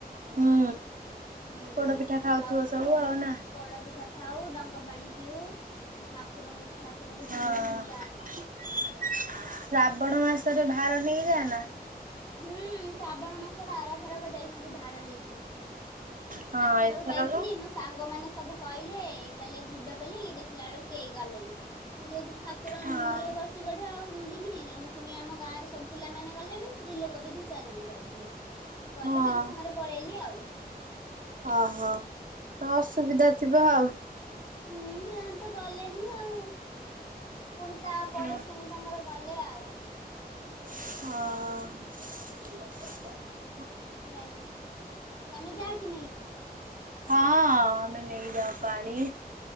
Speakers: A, on the right (about 55°); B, on the left (about 25°).
A: ହୁଁ
B: ହୁଁ-
A: ପୋଡ ପିଠା ଖାଉଥିବ
B: ଆଉ
A: ସବୁ ଆଉ ନା?
B: ପୋଡ ପିଠା ଖାଉ, ଡଙ୍କ ପାଣି ପିଉ, ଠାକୁରଙ୍କ- ଠାକୁରଙ୍କୁ
A: ହଁ
B: ଝୁଲି ଝୁଲିିକି
A: ଶ୍ରାବଣ ମାସରେ ଭାର ନେଇକି ଯାଅ ନା?
B: ହୁଁ-ଶ୍ରାବଣ ମାସର ଆର ଥରକ ଯାଇଥିଲି ଭାର ନେଇକି।
A: ହଁ
B: ଆର୍ ଥରକୁ
A: ଏଥରକ
B: ଯାଇଥିଲି ମ ସାଙ୍ଗମାନେ ସବୁ କହିଲେ -କହିଲେ ଯିବେ ବୋଲିକି ଦେଖିଲା ବେଳକୁ କେହି ଗଲେନି। ମୁଁ ଯେହେତୁ ଠା ଙ୍କୁର
A: ହଁ।
B: ଇଏ କରି ଚି ସେଠୁ ଆଉ ଯିବିନି ନା ମୁଁ ପୁଣି ଆମ ଗାଁରେ ସବୁ ପିଲାମାନେେ ଗଲେ ବି ସ୍ତ୍ରୀ ଲୋକ ବି ଦି ଚାରି ଜଣ ଯାଉଥିଲେ। ମୁଁ ଗଲି
A: ହଁ
B: ତାଙ୍କ ସାଙ୍ଗରେ ପଳେଇଲି ଆଉ।
A: ଓହୋ ତ ଅସୁବିଧା ଥିବ ଆଉ।
B: ହୁଁ ହେମାନେ ତ ଗଲେନି ଆଉ। ପୁଣି ତାପରେ
A: ହଁ।
B: ପୁଣି ତାଙ୍କର ଗଲେ ଆଉ।
A: ହଁ। ଆପଛ <unintelligible>
B: ଯାଇନି ତମେ ଯା କି ନେଇକି।
A: ହଁ, ଆମେ ନେଇଯାଉ ପାଣି।